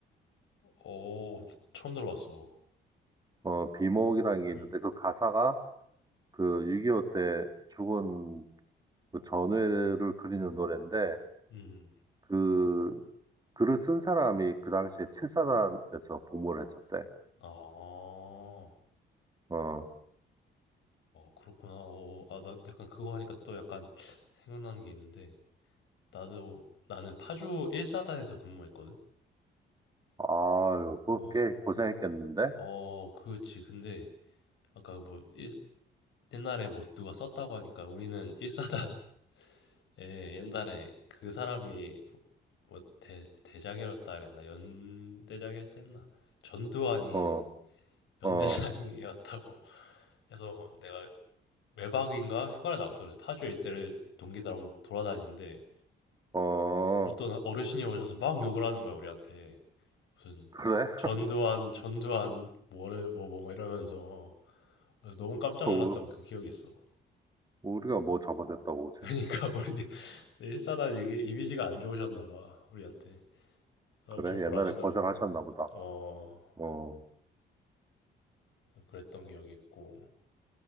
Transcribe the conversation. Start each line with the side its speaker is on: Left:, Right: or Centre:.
Left: 어, 처음 들어봤어.
Right: 어, 비목이라는 게
Left: 음.
Right: 있는데 그 가사가 그 6.25 때 죽은 그 전우회를 그리는 노래인데
Left: 음.
Right: 그 글을 쓴 사람이 그 당시에 7사단에서 복무를 했었대.
Left: 아. 어,
Right: 어.
Left: 그렇구나. 어, 아, 나 약간 그거 하니까 또 약간 생각나는 게 있는데 나도 나는 파주 1사단에서 근무했거든.
Right: 아유, 그꽤
Left: 어.
Right: 고생했겠는데?
Left: 어, 그렇지. 근데 아까 뭐 일, 옛날에 뭐 누가 썼다고 하니까 우리는 <laughs> 1사단 예, 옛날에 그 사람이 뭐- 뭐 대, 대장이었다 그랬나? 연대장이었댔나 전두환이
Right: 어,
Left: 연대장이었다고
Right: 어,
Left: 해서 내가 외박인가 휴가를 나갔어. 그래서 파주 일대를 동기들하고 돌아다니는데
Right: 어,
Left: 어떤 어르신이 오셔서 막 욕을 하는 거야, 우리한테. 무슨
Right: 그래?
Left: 전두환, 전두환, 뭐를, 뭐, 뭐 뭐 이러면서. 그래서 너무 깜짝
Right: <laughs> 우-
Left: 놀랐던 그 기억이 있어.
Right: 우리가 뭐 잡아냈다고 그지?
Left: 그러니까 우리 <laughs> 일사단 이게 이미지가 안 좋으셨나 봐, 우리한테. 그래서
Right: 그래?
Left: 엄청 보라
Right: 옛날에
Left: 하시더라고.
Right: 고생하셨나 보다.
Left: 어,
Right: 어,
Left: 그래서 그랬던 기억이 있고.